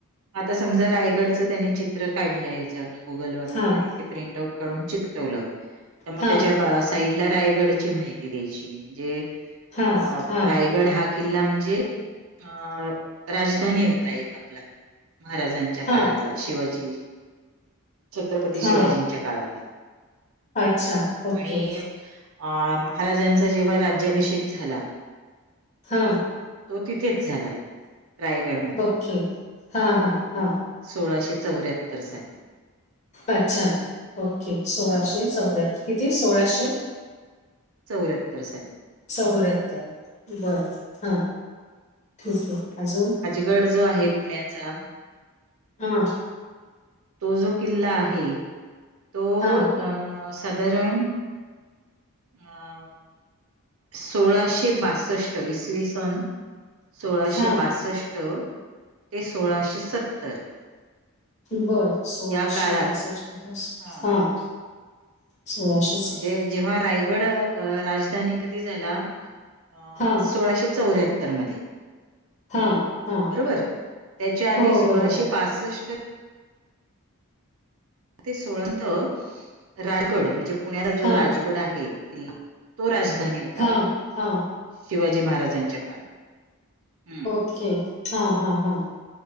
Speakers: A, on the right; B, on the left.
A: आता समजा रायगडचं त्यानी चित्र काढलंय हेच्यावरण गुगलवरन
B: हां,
A: आणि ते प्रिंट आउट काडून चिकटवलं तर मग
B: हां,
A: त्याच्या बा साईड ला रायगडची माहिती द्यायची. जे
B: हां,
A: अ
B: हां,
A: रायगड हा किल्ला म्हणजे अ राजधानी होता एक आपला महाराजांच्या
B: हां,
A: काळात ला शिवाजी छत्रपती
B: हां.
A: शिवाजींच्या काळातला.
B: अच्छा. ओके.
A: आणि अ महाराजांचा जेव्हा राज्याभिषेक झाला.
B: हां
A: तो तिथेच झाला रायगडमध्ये
B: ओके हां-हां-हां
A: हा सोळाशे चौऱ्याहत्तर साली.
B: अच्छा ओके सोळाशे
A: हा
B: चौऱ्याहत्त किती सोळाशे?
A: चौऱ्याहत्तर सा
B: चौऱ्याहत्तर बर हा ठीके अजून.
A: गड जो आहे पुण्याचा
B: हा
A: तो जो किल्ला आहे तो
B: हां,
A: अं साधारण अं सोळाशे बासष्ट, इसवी सन सोळाशे
B: हां,
A: बासष्ट ते सोळाशे सत्तर.
B: बर सोळाशे
A: या काळात
B: बासष्ट पस
A: हा.
B: हां सोळाशे
A: म्हणजे जेंव्हा रायगडं- अ राजधानी कधी झाला अ
B: हां,
A: सोळाशे चौऱ्याहत्तर मध्ये.
B: हां, हां.
A: बरोबर त्याच्या आधी
B: हो,
A: सोळाशे
B: बरोबर.
A: बासष्ट ते सोळंतं रायगड म्हणजे पुण्याला जो
B: हां,
A: राजगड आहे किल्ला तो राजधानी होता
B: हां,
A: आधी
B: हां.
A: शिवाजी महाराजांच्या काळात. हम्म
B: हम हां -हां- हां